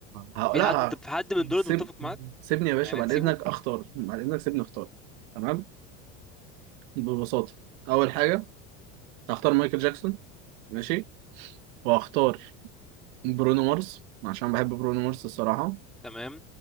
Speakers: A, on the right; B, in the centre.
A: ه-
B: في
A: لا
B: حد انت
A: ه-
B: في حد من دول
A: سيب
B: انت متفق معاك
A: سيبني يا باشا
B: يعني
A: بعد
B: هتسيبه
A: اذنك اختار بعد اذنك سيبني اختار تمام ببساطه اول حاجه هختار مايكل جاكسون ماشي وهختار برونو مارس عشان بحب برونو مارس الصراحه
B: تمام